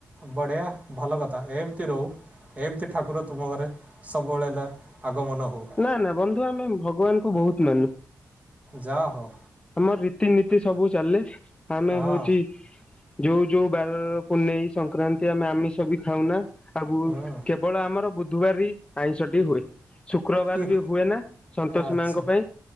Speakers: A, on the right; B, on the left.
A: ବଢ଼ିଆ ଭଲ କଥା ଏମିତି ରଉ। ଏମିତି ଠାକୁର ତୁମ ଘରେ ସବୁବେଳେ ହେଲା ଆଗମନ ହଉ।
B: ନା ନା ବନ୍ଧୁ ଆମେ ଭଗବାନଙ୍କୁ ବହୁତ ମାନୁ।
A: ଯା ହଉ
B: ଆମର ରୀତିନୀତି ସବୁ ଚାଲେ ଆମେ
A: ହଁ
B: ହଉଚି ଯୋଉ ଯୋଉ ବାର ପୂନେଇ ସଂକ୍ରାନ୍ତି ଆମେ ଆମିଷ ବି ଖାଉନା ଆବ
A: ହୁଁ
B: କେବଳ ଆମର ବୁଧବାରେ ହିଁ ଆଇଁଷଟି ହୁଏ। ଶୁକ୍ରବାର
A: କିଏ
B: ବି ହୁଏ ନା ସନ୍ତୋଷୀ
A: ଆଚ୍ଛା
B: ମାଙ୍କ ପାଇଁ